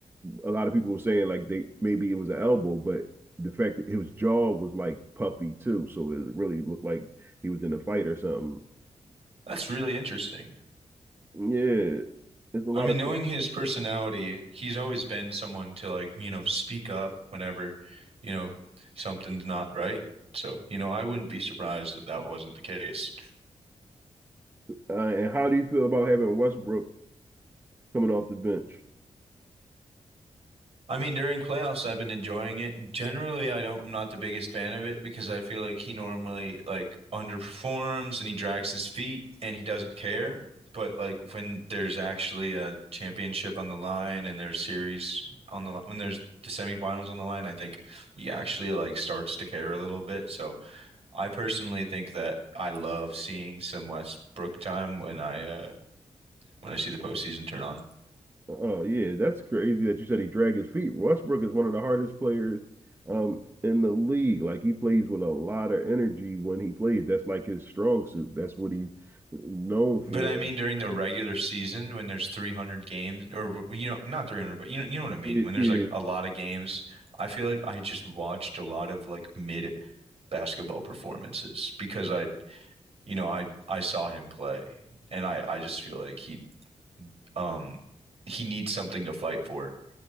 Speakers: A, on the right (about 20°); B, on the right (about 60°).
A: a lot of people were saying like they maybe it was an elbow, but the fact that his jaw was like puffy too, so it really looked like he was in a fight or something.
B: That's really interesting.
A: Yeah, it's a lot
B: I mean,
A: of.
B: knowing his personality, he's always been someone to like, you know, speak up whenever, you know, something's not right. So, you know, I wouldn't be surprised if that wasn't the case.
A: Uh, and how do you feel about having Westbrook coming off the bench?
B: I mean, during playoffs, I've been enjoying it. Generally, I don't, I'm not the biggest fan of it because I feel like he normally like underperforms and he drags his feet and he doesn't care. But like when there's actually a championship on the line and there's series on the line, when there's the semifinals on the line, I think he actually like starts to care a little bit. So I personally think that I love seeing some Westbrook time when I uh, when I see the postseason turn on.
A: Oh uh, yeah, that's crazy that you said he dragged his feet. Westbrook is one of the hardest players um in the league. Like he plays with a lot of energy when he plays. That's like his strong suit. That's what he's known for.
B: But I mean, during the regular season, when there's 300 games, or you know, not 300, but you know, you know what I mean.
A: It-
B: When there's
A: yeah,
B: like a lot of games, I feel like I just watched a lot of like mid basketball performances because I, you know, I I saw him play, and I I just feel like he um, he needs something to fight for,